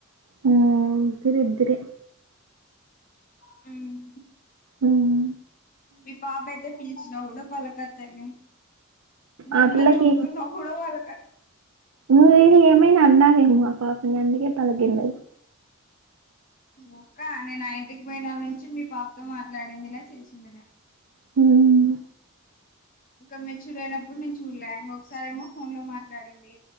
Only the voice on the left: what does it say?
హ్మ్
ఈ పాప అయితే పిలిచినా కూడా పలకదు తల్లి మీ
అమ్మ
చెప్తున్నా కూడా వాళ్ళక
ఒక్క నేను ఆ ఇంటికి పోయినవేళ నుంచి మీ పాపతో మాట్లాడిందిలా చేసిందిలా
ఇంకా మెచ్యూర్ అయినప్పుడు నేను చూడల ఇంకొకసారేమో ఫోన్ లో మాట్లాడింది